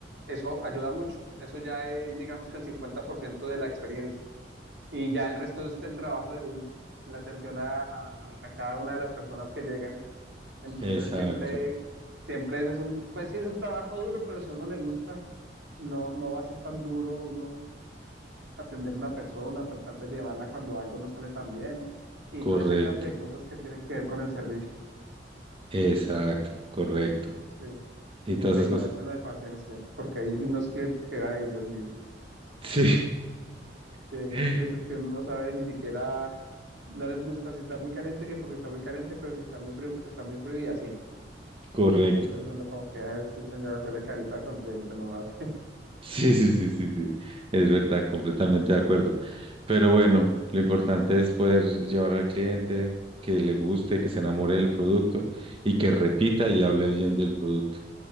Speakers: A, on the right; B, on the right.
A: eso ayuda mucho. Eso ya es, digamos que el 50% de la experiencia. Y ya el resto es el trabajo de uno, la atención a, a- a- a cada una de las personas que llegan. Entonces
B: Exacto,
A: siempre, siempre ese es un, pues sí es un trabajo duro, pero si a uno le gusta, no, no va a ser tan duro uno atender a una persona, tratar de llevarla cuando algo no sale tan bien y
B: correcto,
A: toda esa clase de cosas que tienen que ver con el servicio.
B: exacto, correcto.
A: sí.
B: Y
A: Siempre
B: todas esas
A: llenarse
B: cosas.
A: uno de paciencia, porque hay unos clientes que, ay, Dios mío,
B: Sí,
A: sí,
B: <laughs>
A: hay unos clientes que uno no sabe ni siquiera, no les gusta si está muy caliente que porque está muy caliente, pero si está muy frío porque está muy frío y así.
B: correcto.
A: Entonces uno como que, ay, sí, señora, hace la carita sonriente nomás,
B: Sí, sí, sí, sí, sí. Es verdad, completamente de acuerdo. Pero bueno, lo importante es poder llevar al cliente que le guste, que se enamore del producto y que repita y hable bien del producto.